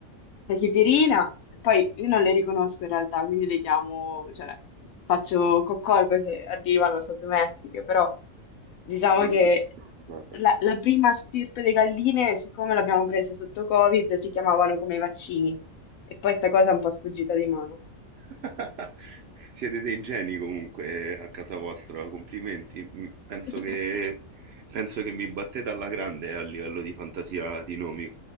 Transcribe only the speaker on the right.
Bellissima
'sta cosa.
<laughs> Siete dei geni comunque eh, a casa vostra, complimenti. Mm, Penso
che, penso che mi battete alla grande eh, a livello di fantasia di nomi.